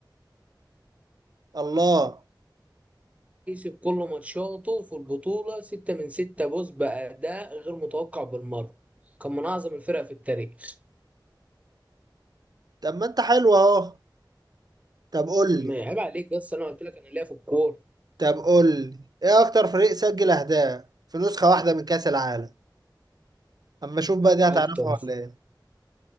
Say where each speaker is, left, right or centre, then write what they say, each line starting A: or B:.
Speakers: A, on the right; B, on the right.
A: الله
B: كسب كل ماتشاته في البطولة ستة من ستة بوز بأداء غير متوقع بالمرة كان من أعظم الفرق في التاريخ
A: طب ما انت حلو اهو طب قول
B: ما
A: لي
B: عيب عليك بس أنا قلت لك أنا ليا في الكورة
A: طب قول لي ايه اكتر فريق سجل اهداف في نسخة واحدة من كأس العالم اما اشوف بقى دي
B: أكتر
A: هتعرفها ولا ايه